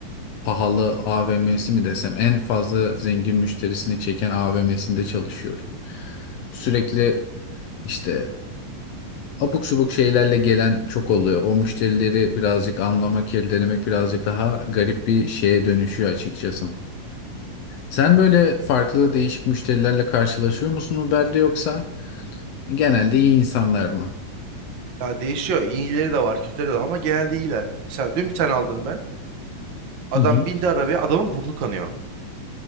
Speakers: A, on the left; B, on the right.
A: pahalı AVM'si mi desem en fazla zengin müşterisini çeken AVM'sinde çalışıyorum. Sürekli işte abuk subuk şeylerle gelen çok oluyor. O müşterileri birazcık anlamak, irdelemek birazcık daha garip bir şeye dönüşüyor açıkçası. Sen böyle farklı değişik müşterilerle karşılaşıyor musun Uber'de yoksa genelde iyi insanlar mı?
B: Ya değişiyor. İyileri de var, kötüleri de var ama genelde iyiler. Mesela dün bir tane aldım ben. Adam
A: Hı hı.
B: bindi arabaya, adamın burnu kanıyor.